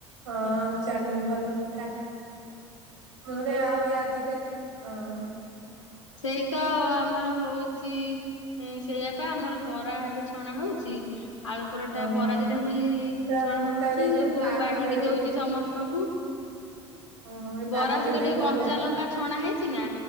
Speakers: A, on the right (about 70°); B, on the left (about 80°).
A: ହଁ ଚାଲୁ ଭଲ କଥା ମାନେ ଆଉ ଆଜିକାଲି ଅ ଅଁ
B: ସେଇ ତ ଆମର ହଉଚି ଉମ ସେଇଆ ପା ଆମର ବରା ଏବେ ଛଣା ହଉଛି ଆଳୁ ପରଟା
A: ହଁ
B: ବରା
A: ହଁ
B: ଦିଟା ମୁଇଁ
A: ତା-
B: ଛଣା ହଉଛି
A: ତାପରେ ଏଇ ଯୋଉ
B: ବୋଉ
A: ପାଗରେ
B: ବାଢିକି ଦଉଚି
A: ବି
B: ସମସ୍ତଙ୍କୁ
A: ଓହୋ ଏଇ
B: ବରା
A: ପାଗରେ
B: ସହିତ
A: ବି
B: ଟିକେ
A: ବରା
B: କଞ୍ଚା ଲଙ୍କା ଛଣା ହେଇଚି ନା?